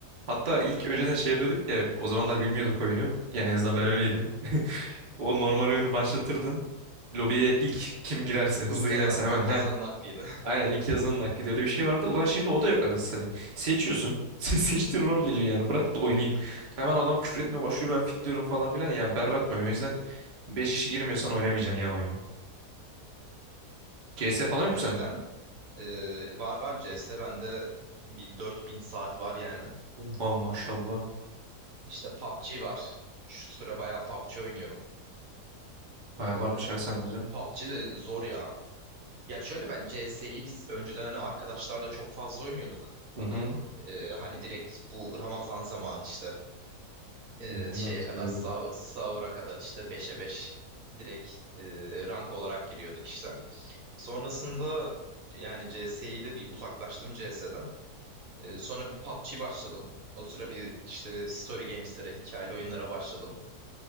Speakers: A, on the right; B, on the right.
A: Hatta ilk önceden şey yapıyorduk ya o zamanlar bilmiyorduk oyunu. Yani en azından ben öyleydim. <laughs> O normal oyunu başlatırdın. Lobiye ilk kim girerse hızlı
B: İlk
A: girerse
B: yazan,
A: hemen
B: ilk
A: heh
B: yazanın hakkıydı. <laughs>
A: Aynen ilk yazanın hakkıydı öyle bir şey vardı. Ulan şimdi o da yok anasını satayım. Seçiyorsun. <laughs> Se- Seçtiğin rol geliyor yani bırak da oynayayım. Hemen adam küfür etmeye başlıyor ben fitliyorum falan filan. Ya berbat bir oyun. O yüzden 5 kişi girmiyorsan oynamayacaksın ya oyunu. CS falan
B: Ya
A: yok
B: önceden
A: mu sende?
B: e, var var C S. bende bir 4000 saat var yani.
A: Oha maşallah.
B: İşte PUBG var. Şu sıra bayağı PUBG oynuyorum.
A: Baya
B: E,
A: varmış ya sende
B: PUBG,
A: de.
B: PUBG de zor ya. Ya şöyle ben C CS'yi biz önceden hani arkadaşlarla çok fazla oynuyorduk.
A: Hı hı.
B: Ee, hani direkt bu Ramazan zamanı işte e,
A: Onlar
B: şeye
A: sarıyor.
B: kadar sah- sahura kadar işte beşe 5 direkt e, rank olarak giriyorduk işte. Sonrasında yani CS'yi de bir uzaklaştım CS'den. sonra bir PUBG başladım. O sıra bir işte story games'lere, hikayeli oyunlara başladım.